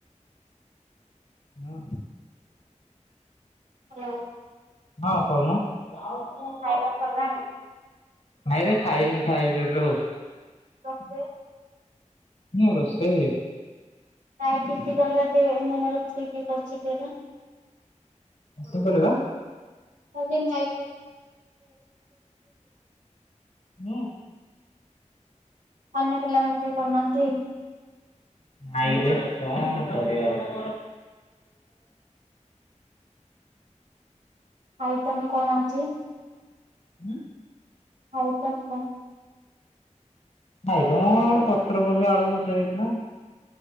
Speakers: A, on the left; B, on the right.
A: ହଁ।
B: ହଁ।
A: ହଁ କହୁନୁ। ଆଉ କ
B: ଖାଇବା ସରିଲାଣି?
A: ଭାଇଁରେ ଖାଇନି ଖାଇବେବେଉ।
B: ଆସେ
A: ନୂର ଅସ୍ତେ
B: ନାଇ ଦସିିକଲ ଦେ ମନେଲ ସେି ଖଚେରେ
A: କେ କଲିବା।
B: କାଲି ନାଇୁଟ
A: ହୁଁ।
B: ଅନ୍ୟ ପିଲା ମାନ ବି କରୁନାହାନ୍ତି।
A: ନାଇଁରେ କଣ କରିବା ଆଉ।
B: ଆଇ ତ ମୁଁ କଣ ଅଉଛି।
A: ହୁଁ।
B: ହଉ ଟମ କ।
A: ଆଇଟମ କ ପକୁ ବି ଆଳୁ ଭଜା ହେଇଥିଲା।